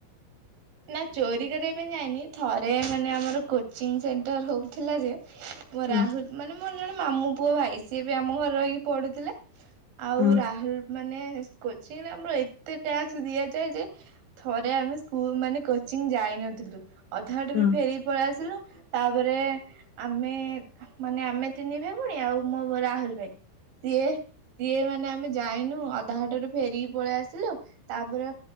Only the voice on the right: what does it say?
ନା ଚୋରି କରିବା ପାଇଁ ଯାଇନି, ଥରେ ମାନେ ଆମର କୋଚିଂ ସେଣ୍ଟର ହଉଥିଲା ଯେ ମୋ
ରାହୁଲ ମାନେ ମୋର ଜଣେ ମାମୁ ପୁଅ ଭାଇ ସିଏ ବି ଆମ ଘରେ ରହିକି ପଢୁଥିଲା। ଆଉ
ରାହୁଲ ମାନେ କୋଚିଂ ଆମର ଏତେ ଟ୍ଯାସ୍କ ଦିଆଯାଏ ଯେ ଥରେ ଆମେ ସ୍କୁଲ ମାନେ କୋଚିଂ ଯାଇନଥିଲୁ ଅଧା ବାଟରୁ
ଫେରିକି ପଳେଇ ଆସିଲୁ ତାପରେ ଆମେ ମାନେ ଆମେ ତିନି ଭାଇ ଭଉଣୀ, ଆଉ ମୋ ରାହୁଲ ଭାଇ। ସିଏ ସିଏ ମାନେ ଆମେ ଯାଇନୁ ଅଧାଘାଟାରୁ ଫେରିକି ପଳେଇ ଆସିଲୁ, ତାପରେ